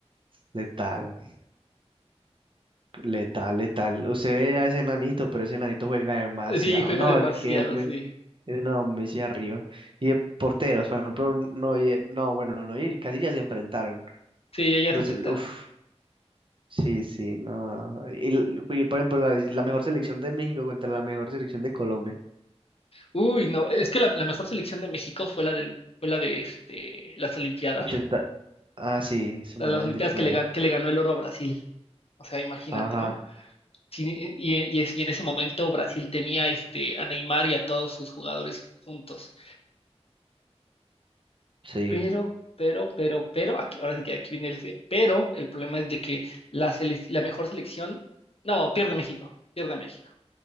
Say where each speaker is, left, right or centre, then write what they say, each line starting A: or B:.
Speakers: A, on the right; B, on the left.
A: letal, letal, letal. Usted ve a ese enanito, pero ese enanito juega demasiado.
B: Sí, juega
A: No,
B: demasiado,
A: es que
B: sí.
A: Eh, No, Messi arriba. Y de porteros, por ejemplo, Neuer, no, bueno, no Neuer y Casillas se enfrentaron.
B: Sí, ya, ya
A: Pero
B: se enfrentaron.
A: sí, uf, sí, sí, no. Y, l- y, por ejemplo, la, la mejor selección de México contra la mejor selección de Colombia.
B: Uy, no, es que la, la mejor selección de México fue la del, fue la de este, las Olimpiadas.
A: ochenta Ah, sí, eso
B: La
A: me
B: de
A: habían
B: las Olimpiadas
A: dicho por
B: que le,
A: ahí.
B: gan- que le ganó el oro a Brasil. O sea, imagínate,
A: Ajá,
B: ¿no? Sí, y, y es- y en ese momento Brasil tenía este, a Neymar y a todos sus jugadores juntos.
A: sí.
B: Pero, pero, pero, pero, aquí, ahora sí que aquí viene el ese, pero el problema es de que la, selec- la mejor selección, no, pierde México, pierde México.